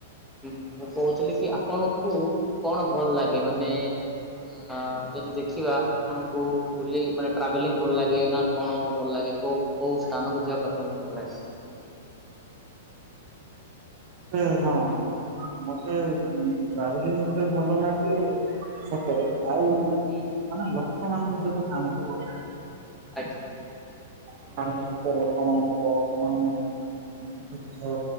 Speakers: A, in the centre; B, on the right.
A: ହୁଁ ମୁଁ କହୁଥିଲି କି ଆପଣଙ୍କୁ କଣ ଭଲ ଲାଗେ? ମାନେ ଆ ଯଦି ଦେଖିବା ଆପଣଙ୍କୁ ବୁଲି ମାନେ ଟ୍ରାଭେଲିଂ ଭଲ ଲାଗେ ନା କଣ ଭଲ ଲାଗେ? କୋଉ କୋଉ ସ୍ଥାନକୁ ଯିବାକୁ ଆପଣଙ୍କୁ ଭଲ ଲାଗେ?
B: ଏ ହଁ ମତେ ଉଁ ଟ୍ରାଭେଲି ମତେ ଭଲ ଲାଗେ ସତରେ ଆଉ
A: ହୁଁ
B: ମାନେ ଲୋକ ମାନଙ୍କ ସହିତ କାମ କରିବାରେ।
A: ଆ
B: <unintelligible> ଲୋକମାନଙ୍କର <unintelligible> ଦୁଃଖ